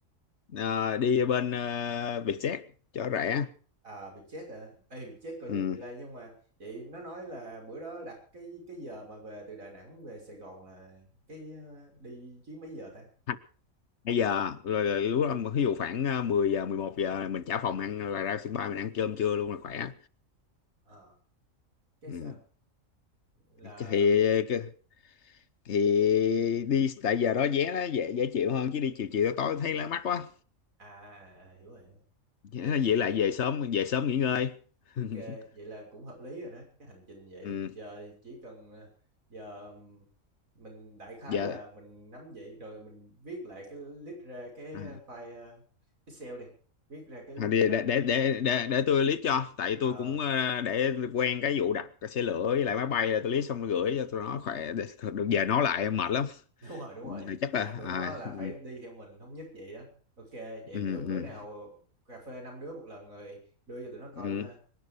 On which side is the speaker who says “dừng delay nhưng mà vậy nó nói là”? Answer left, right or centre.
Right